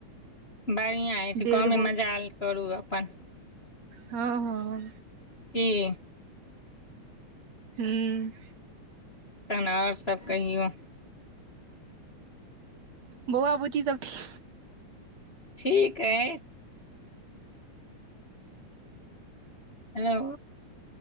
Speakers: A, on the left (about 25°); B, on the right (about 65°).
A: बढ़ियां अछि
B: डेढ़
A: गाँमे मजाल करू अपन
B: हाँ हाँ
A: की
B: हूँ
A: तहन आओर सब कहियौ
B: बौआ बुच्ची सब ठीक
A: ठीक ऐ हेलो